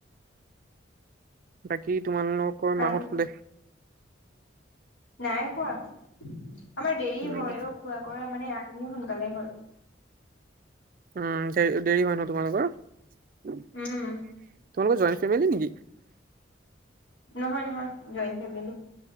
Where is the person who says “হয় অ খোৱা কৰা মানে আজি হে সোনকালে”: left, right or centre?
Left